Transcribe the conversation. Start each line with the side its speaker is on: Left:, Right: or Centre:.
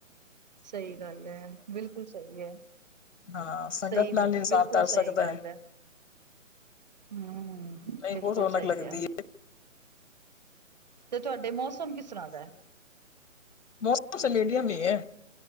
Right: ਸਹੀ ਗੱਲ ਹੈ, ਬਿਲਕੁਲ ਸਹੀ ਹੈ।
Left: ਹਾਂ ਸੰਗਤ
Right: ਸਹੀ
Left: ਨਾਲ ਇਨਸਾਨ
Right: ਬਿਲਕੁਲ
Left: ਤਰ
Right: ਸਹੀ
Left: ਸਕਦਾ
Right: ਗੱਲ ਹੈ। ਹਮ
Left: ਨਹੀਂ
Right: ਬਿਲਕੁਲ
Left: ਬਹੁਤ ਰੌਣਕ
Right: ਸਹੀ
Left: ਲੱਗਦੀ
Right: ਕਿਯਾ ਹੈ। ਤੇ ਤੁਹਾਡੇ ਮੌਸਮ ਕਿਸ ਤਰ੍ਹਾਂ ਦਾ ਏ?
Left: ਮੋਸਮ ਮੀਡੀਅਮ ਹੀ ਹੈ।